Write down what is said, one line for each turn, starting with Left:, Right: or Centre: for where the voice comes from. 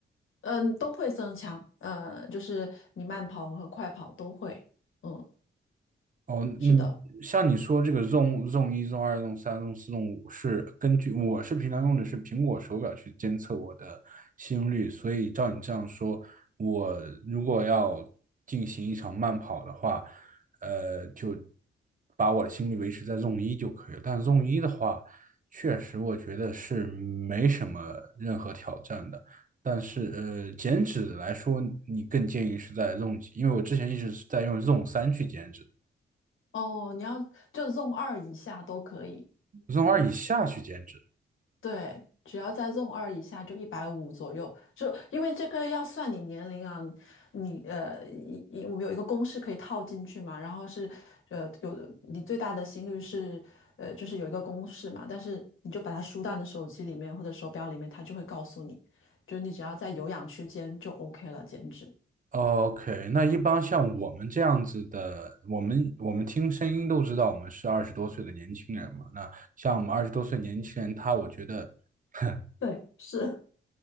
Left: 嗯，都会增强，呃，就是你慢跑和快跑都会，嗯，
Right: 哦，
Left: 是的。
Right: 嗯，像你说这个 Zone Zone 一、Zone 二、Zone 三、Zone 四、Zone 五是根据我是平常用的是苹果手表去监测我的心率，所以照你这样说，我如果要进行一场慢跑的话，呃，就把我的心率维持在 Zone 一就可以了。但 Zone 一的话，确实我觉得是没什么任何挑战的。但是呃，减脂来说，你更建议是在 Zone 几？因为我之前一直是在用 Zone 三去减脂。
Left: 哦，你要就 Zone 二以下都可以，
Right: 从二以下去减脂。
Left: 对，只要在 Zone 二以下就一百五左右，就因为这个要算你年龄啊，你呃，一一我们有一个公式可以套进去嘛，然后是呃有你最大的心率是呃就是有一个公式嘛，但是你就把它输到你的手机里面或者手表里面，它就会告诉你，就是你只要在有氧区间就 OK 了，减脂。
Right: OK，那一般像我们这样子的，我们我们听声音都知道我们是二十多岁的年轻人嘛。那像我们二十多岁年轻人，他我觉得 <laughs>
Left: 对，是。